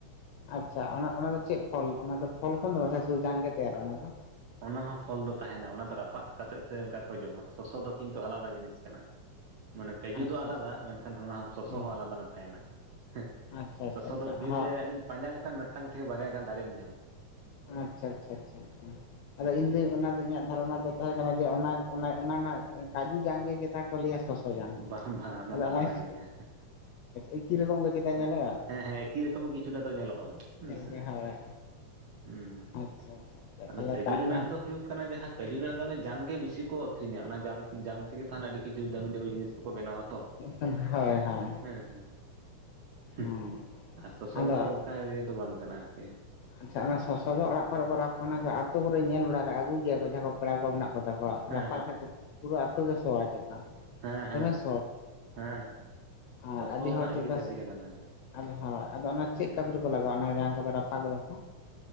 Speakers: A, on the left; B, on the right.
A: ᱟᱪᱪᱷᱟ ᱾ ᱚᱱᱟ ᱫᱚ ᱪᱮᱜ ᱯᱷᱚᱞ, ᱚᱱᱟ ᱫᱚ ᱯᱷᱚᱞ ᱠᱷᱚᱱ ᱫᱚ ᱦᱮᱸ ᱥᱮ ᱥᱩᱫᱷᱩ ᱡᱟᱝ ᱜᱮ ᱛᱮᱭᱟᱨᱚᱜ-ᱟ ᱚᱱᱟ ᱫᱚ?
B: ᱚᱱᱟ ᱦᱚᱸ ᱯᱷᱚᱞ ᱫᱚ ᱛᱟᱦᱮᱱᱟ᱾ ᱚᱱᱟ ᱫᱚ ᱨᱟᱯᱟᱜ ᱠᱟᱛᱮᱜ ᱥᱮ ᱚᱝᱠᱟ ᱠᱚ ᱡᱚᱢᱟ᱾ ᱥᱚᱥᱚ ᱫᱚ ᱠᱤᱱᱛᱩ ᱟᱞᱟᱫᱟ ᱡᱤᱱᱤᱥ ᱠᱟᱱᱟ ᱾ ᱢᱟᱱᱮ ᱠᱟᱹᱡᱩ
A: ᱟᱪᱪᱷᱟ
B: ᱫᱚ ᱟᱞᱟᱫᱟ᱾
A: ᱟᱪᱪᱷᱟ
B: ᱢᱮᱱᱠᱷᱟᱱ ᱚᱱᱟ ᱥᱚᱥᱚ
A: ᱦᱮᱸ
B: ᱦᱚᱸ ᱟᱞᱟᱫᱟ ᱛᱟᱦᱮᱱᱟ ᱦᱮᱸ
A: ᱟᱪᱪᱷᱟ
B: ᱾
A: ᱟᱪᱪᱷᱟ
B: ᱥᱚᱥᱚ
A: ᱟᱪᱪᱷᱟ
B: ᱫᱚ ᱵᱤᱨ
A: ᱦᱳᱭ
B: ᱨᱮ ᱟᱹᱰᱤᱧ ᱯᱟᱸᱡᱟ ᱞᱮᱠᱷᱟᱱ ᱢᱤᱫᱴᱟᱝ ᱛᱷᱮᱠᱮ ᱵᱟᱨᱭᱟ ᱜᱟᱱ ᱫᱟᱨᱮᱢ ᱧᱟᱢᱟ ᱾
A: ᱟᱪᱪᱷᱟ ᱟᱪᱪᱷᱟ ᱟᱪᱪᱷᱟ ᱟᱪᱪᱷᱟ ᱾ ᱤᱧᱫᱚᱧ ᱚᱱᱟ ᱫᱚ ᱤᱧᱟᱹᱜ ᱫᱷᱟᱨᱚᱱᱟ ᱫᱚ ᱛᱟᱦᱮᱸ ᱠᱟᱱᱟ ᱡᱮ ᱚᱱᱟ ᱚᱱᱟ ᱨᱮᱱᱟᱜ ᱠᱟᱡᱩ ᱡᱟᱝ ᱜᱮ ᱪᱮᱛᱟᱠ ᱠᱚ ᱞᱟᱹᱭᱟ ᱥᱚᱥᱚ ᱡᱟᱝ
B: ᱵᱟᱝ ᱵᱟᱝ
A: ᱟᱫᱚ
B: ᱫᱚ ᱟᱞᱟᱫᱟ
A: ᱚᱱᱟ
B: ᱜᱮᱭᱟ
A: ᱮᱠᱤ ᱨᱚᱠᱚᱢ ᱜᱮ ᱥᱮᱪᱮᱛᱟ ᱧᱮᱞᱚᱜᱼᱟ᱾
B: ᱦᱮᱸ ᱦᱮᱸ ᱮᱠᱤ ᱨᱚᱠᱚᱢ ᱠᱤᱪᱷᱩᱴᱟ ᱫᱚ ᱧᱮᱞᱚᱜᱼᱟ ᱦᱮᱸ
A: ᱧᱮᱞ
B: ᱥᱮ᱾
A: ᱦᱳᱭ᱾
B: ᱦᱩᱸ
A: ᱟᱪᱪᱷᱟ ᱟᱪᱪᱷᱟ ᱟᱪᱪᱷᱟ
B: ᱟᱫᱚ
A: ᱛᱟᱦᱚᱞᱮ
B: ᱠᱷᱟᱡᱩ
A: ᱠᱟᱜ
B: ᱨᱮᱱᱟᱜ
A: ᱢᱮ
B: ᱫᱚ ᱦᱩᱭᱩᱜ ᱦᱩᱭᱩᱜ ᱠᱟᱱᱟ ᱡᱟᱦᱟᱸ ᱠᱟᱹᱡᱩ ᱨᱮᱱᱟᱜ ᱫᱚ ᱚᱱᱟᱮ ᱡᱟᱝ ᱜᱮ ᱵᱤᱥᱤ ᱠᱚ ᱟᱹᱠᱷᱨᱤᱧᱟ ᱚᱱᱟ ᱡᱟᱝ ᱛᱮᱜᱮ ᱛᱟᱦᱮᱱᱟ ᱟᱹᱰᱤ ᱠᱤᱪᱷᱩ ᱫᱟᱹᱢᱤ ᱫᱟᱹᱢᱤ ᱡᱤᱱᱤᱥ ᱠᱚ ᱠᱚ ᱵᱮᱱᱟᱣᱟ ᱛᱚ
A: ᱦᱳᱭ ᱦᱳᱭ
B: ᱦᱮᱸ ᱥᱮ ᱾
A: ᱦᱩᱸ
B: ᱟᱨ ᱥᱚᱥᱚ
A: ᱟᱫᱚ
B: ᱫᱚ ᱚᱱᱠᱟ ᱤᱭᱟᱹ ᱫᱚ ᱵᱟᱝ ᱠᱟᱱᱟ ᱟᱨᱠᱤ
A: ᱟᱪᱪᱷᱟ ᱚᱱᱟ ᱥᱚᱥᱚ ᱫᱚ ᱚᱲᱟᱜ ᱠᱚᱨᱮ ᱠᱚ ᱨᱟᱯᱚᱜᱼᱟ ᱟᱛᱳ ᱠᱚᱨᱮ ᱧᱮᱞ ᱵᱟᱲᱟ ᱟᱹᱜᱩᱭ ᱜᱮᱭᱟ ᱠᱚ ᱡᱟᱦᱟᱸᱭ ᱠᱚ ᱯᱮᱲᱟ ᱠᱚ ᱢᱮᱱᱟᱜ ᱠᱚᱛᱟ ᱠᱚᱣᱟ᱾ ᱨᱟᱯᱟ
B: ᱦᱮᱸ ᱦᱮᱸ
A: ᱞᱮᱠᱷᱟᱡ ᱯᱩᱨᱟᱹ ᱟᱹᱛᱩ ᱠᱮ ᱥᱚᱣᱟ ᱪᱮᱛᱟ᱾
B: ᱦᱮᱸ
A: ᱫᱚᱢᱮ
B: ᱦᱮᱸ
A: ᱥᱚᱣᱟ
B: ᱦᱮᱸ
A: ᱟᱨ
B: ᱥᱚᱥᱚ
A: ᱟᱹᱰᱤ ᱦᱚᱲ
B: ᱨᱮᱱᱟᱜ
A: ᱥᱮᱪᱮᱛᱟ
B: ᱤᱭᱟᱹ ᱫᱚ ᱟᱹᱰᱤ ᱟᱞᱟᱫᱟ ᱜᱮᱭᱟ
A: ᱟᱫᱚ ᱦᱳᱭ ᱟᱫᱚ ᱚᱱᱟ ᱪᱮᱫ ᱠᱟᱹᱢᱤ ᱠᱚ ᱞᱟᱜᱟᱣᱟ ᱚᱱᱟ ᱡᱟᱝ ᱠᱚᱫᱚ ᱨᱟᱯᱟᱜ ᱠᱚᱫᱚ?